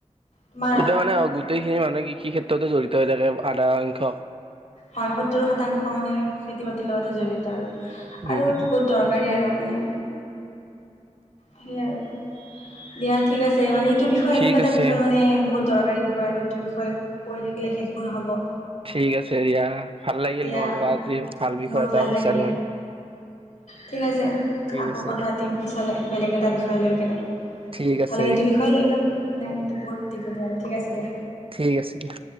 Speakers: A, on the left (about 75°); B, on the right (about 45°).
A: তোমাৰ
B: গোটেই মানে গোটেইখিনি মানুহ কৃষি ক্ষেত্ৰতে জড়িত হৈ থাকে আধা সংখ্যক।
A: হয় সত্তৰ শতাংশ মানে খেতি বাতিৰ লগতে জড়িত আৰু।
B: উম
A: আৰু দৰকাৰী আৰু মানে। সেয়ে আৰু, দিয়া ঠিক আছে, মানে এইটো বিষয়
B: ঠিক
A: এনেকুৱা এটা
B: আছে
A: বিষয় মানে বহুত দৰকাৰী বিষয় আৰু। টো বিষয়ে কৈ থাকিলে শেষো নহ'ব।
B: ঠিক আছে দিয়া, ভাল লাগিল
A: দিয়া
B: তোমাৰ লগত আজি ভাল বিষয়
A: মোৰো
B: এটা কৈছা
A: লাগিলে
B: তুমি।
A: ঠিক আছে
B: ঠিক
A: আকৌ
B: আছে
A: কথা
B: দিয়া
A: পাতিম পিছলে বেলেগ এটা বিষয় লৈ কিনে।
B: ঠিক আছে
A: হ'লে এইটো
B: দিয়া
A: বিষয়ে লৈ ল'ম একো নাই, কিন্তু বহুত দিঘলীয়া আৰু ঠিক আছে দিয়া।
B: ঠিক আছে দিয়া।